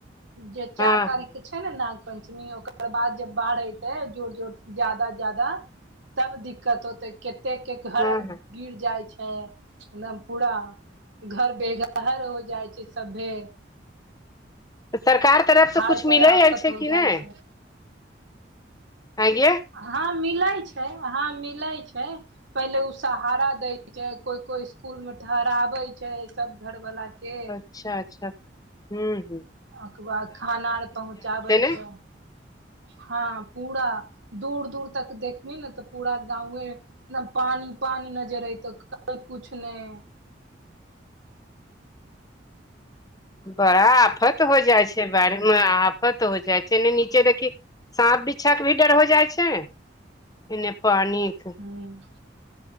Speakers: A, on the right; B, on the left.
A: जे
B: हँ
A: चार
B: हँ
A: तारीख के छै ने नाग पंचमी ओकर बाद जब बाढ़ एतै जोर जोर ज्यादा ज्यादा तब दिक्कत होतै कतेक के हर
B: हँ
A: <unintelligible> गिर जाई छै एकदम पूरा घर बेघर हो जाइ छै सभे
B: सरकार तरफसँ
A: खाय
B: किछु
A: पर
B: मिलै
A: आफत
B: आल छै
A: हो
B: कि
A: जाइ
B: नहि
A: छै
B: हा गै
A: हँ मिलै छै हँ मिलै छै पहिले ओ सहारा दै छै कोइ कोइ इसकुल मे ठहराबैत छै सभ घरवला के
B: अच्छा अच्छा हम्म हम्म
A: ओकरबाद खाना अर पहुँचाबै
B: ने
A: छै हँ पूरा दूर दूर तक देखबी ने तऽ पूरा गाउयै पानि पानि नजर अयतौ <unintelligible> कुछ नहि
B: बड़ा आफत हो जाइ छै बाढ़ि मे आपत हो जाइ छै ने नीचे देखी साँप बिछा के भी डर हो जाइ छै ए पानि एक <inaudible>
A: हूँ